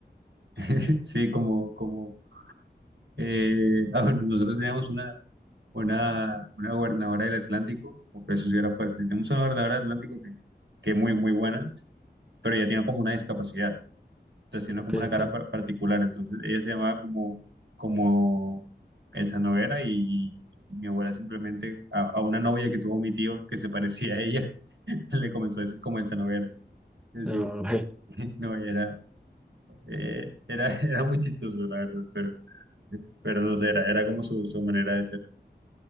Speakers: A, on the right; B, in the centre.
A: <laughs> Sí, como, como eh, <laughs> ah, bueno, nosotros teníamos una, una, una gobernadora del Atlántico, o que eso sí era fuerte. Tenemos una gobernadora del Atlántico que, que muy, muy buena, pero ella tenía como una discapacidad. tenía
B: Ok,
A: como una cara
B: ok.
A: par- particular, entonces ella se llamaba como, como Elsa Noguera y, y mi abuela simplemente a, a una novia que tuvo mi tío que se parecía a ella, <laughs> le comenzó a decir como Elsa Noguera. Eh,
B: Ay.
A: Sí, <laughs> no, y era, eh, era, <laughs> era muy chistoso, la verdad, pero, pero no sé, era, era como su, su manera de ser.